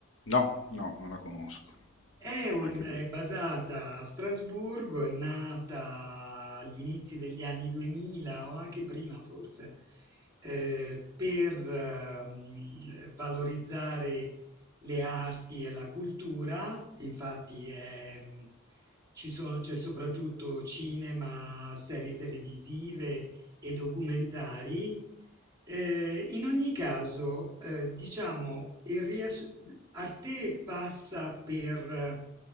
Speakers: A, on the left; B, on the right.
A: No, no, non la conosco.
B: È,
A: No,
B: un-
A: anche
B: è
A: per...
B: basata a Strasburgo, è nata agli inizi degli anni 2000 o anche prima forse, eh, per ehm, valorizzare le arti e la cultura. Infatti è, mm, ci sono- c'è soprattutto cinema, serie televisive e documentari. Eh, in ogni caso, eh, diciamo, il rias- Arte passa per